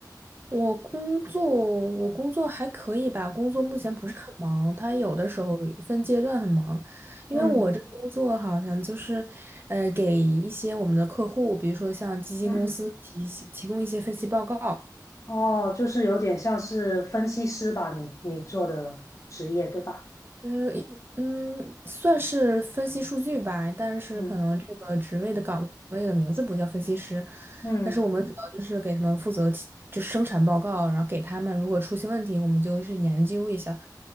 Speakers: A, on the right; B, on the left.
A: 我工作，我工作还可以吧，工作目前不是很忙，它有的时候分阶段很忙，因为我这个工作好像就是，
B: 嗯
A: 呃，给一些我们的客户，比如说像基金公司提提供一些分析报告，
B: 嗯嗯，嗯哦，就是有点像是分析师吧，你你做的职业对吧？
A: 嗯嗯，算是分析数据吧，但是可能这个职位的岗位的名字不叫分析师，
B: 嗯嗯。
A: 但是我们主要就是给他们负责提就生产报告，然后给他们如果出现问题，我们就去研究一下。